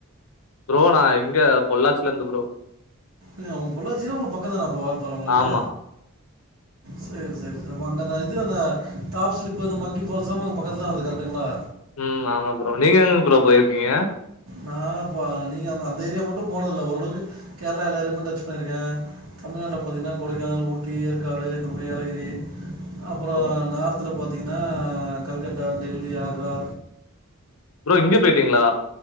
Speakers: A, on the left (about 75°); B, on the right (about 80°).
A: ப்ரோ நா இங்க பொள்ளாச்சிலருந்து ப்ரோ
B: ஏங்க ஒங்க பொள்ளாச்சினா உங்களு பக்கோந்தானப்ப வால்பாற உங்களுக்கு
A: ஆமா.
B: சேரி சேரி அப்ப அங்கந்த இது அந்த டாப் ஸ்லிப்பு அந்த மங்கி ஃபால்ஸ் எல்லாமே அங்க பக்கத்துலதா வருது கரெக்டுங்களா
A: உ ஆமா ப்ரோ நீங்க எங்கங்க ப்ரோ போயிருக்கீங்க
B: நா நீங்க அ அந்த ஏரியா மட்டு போனதில்ல ஓரளவுக்கு கேரளா எல்லாரையுமே டச் பண்ணிருக்க தமிழ்நாட்டுல பாத்தீங்கன்னா கொடைக்கானல் ஊட்டி ஏற்காடு இந்த பக்கோ ஏலகிரி அப்புறோ
A: ஓ!
B: நார்த்துல பாத் பாத்தீங்கன்னா கல்கத்தா டெல்லி ஆக்ரா
A: ஃப்ரோ இங்யு போயிட்டீங்களா